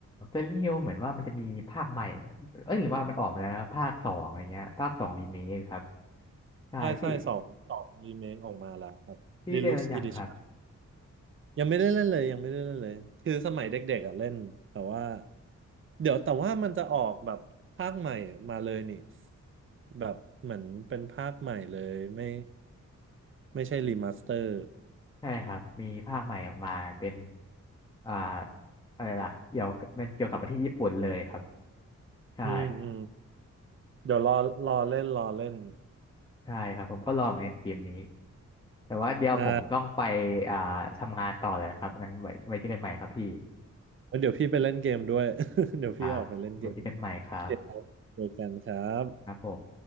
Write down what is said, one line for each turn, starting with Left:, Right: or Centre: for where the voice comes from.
Left: Silent Hill เหมือนว่ามันจะมีภาคใหม่เอ้ยหรือว่ามันออกมาแล้วนะครับภาคสองอะไรเงี้ยภาคสองรีเมคครับ
Right: <laughs>
Left: ใช่พี่
Right: ใช่ใช่สองสองรีเมคออกมาแล้วครับ
Left: พี่ได้แล้วยังครับ
Right: Deluxe Edition ยังไม่ได้เล่นเลยยังไม่ได้เล่นเลยคือสมัยเด็กๆอ่ะเล่นแต่ว่า เดี๋ยวแต่ว่ามันจะออกแบบภาคใหม่มาเลยนี่แบบเหมือนเป็นภาคใหม่เลยไม่ไม่ใช่รีมาสเตอร์
Left: ใช่ครับมีภาคใหม่ออกมาเป็นอ่าอะไรล่ะเกี่ยวกับมันเกี่ยวกับประเทศญี่ปุ่นเลยครับใช่
Right: อืมอืมเดี๋ยวรอรอเล่นรอเล่น
Left: ใช่ครับผมก็รอเหมือนกันเกมนี้แต่ว่าเดี๋ยวผมต้องไป
Right: อ่า
Left: อ่าทำงานต่อแล้วนะครับงั้นไว้ไว้เจอกันใหม่ครับพี่
Right: แล้วเดี๋ยวพี่ไปเล่นเกมด้วย <laughs> เดี๋ยวพี่ออกไปเล่นเกม
Left: ครับไว้เจอกันใหม่ครับ
Right: โอเคครับเจอกันครับ
Left: ครับผม